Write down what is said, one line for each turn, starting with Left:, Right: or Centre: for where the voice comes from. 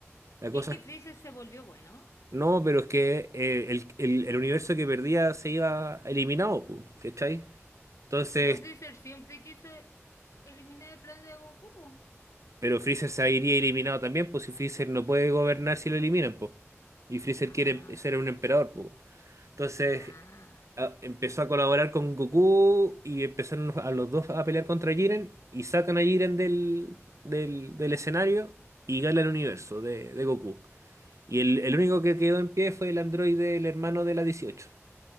Right: La cosa
Left: Que que
Right: es,
Left: Freezer se volvió bueno.
Right: no, pero es que eh, el, el- el universo que perdía se iba eliminado, pu, ¿cachai? Entonces
Left: Pero Freezer siempre quiso eliminar el plan de Goku. po.
Right: Pero Freezer se iría eliminado también, pues si Freezer no puede gobernar si lo eliminan, pues. Y Freezer
Left: Ah,
Right: quiere em- ser un emperador, pues. bueno. Entonces
Left: ah.
Right: a- empezó a colaborar con Goku y empezaron a los dos a pelear contra Jiren y sacan a Jiren del, del, del escenario y gana el universo de, de Goku. Y el, el único que quedó en pie fue el androide, el hermano de la 18.